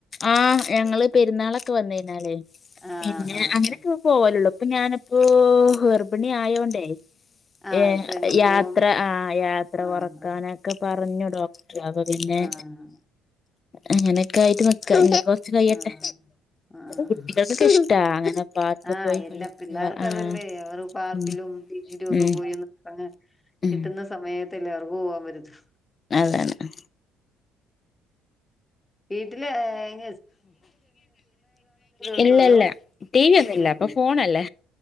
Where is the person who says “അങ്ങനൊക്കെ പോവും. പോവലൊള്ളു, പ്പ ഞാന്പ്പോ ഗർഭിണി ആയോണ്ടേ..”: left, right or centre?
Left